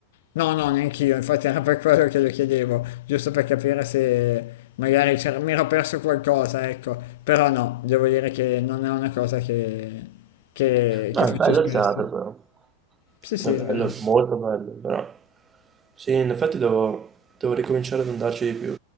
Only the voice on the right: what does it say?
No,
è
bello
il teatro, però.
È
bello,
molto bello, però sì, in effetti devo, devo ricominciare ad andarci di più.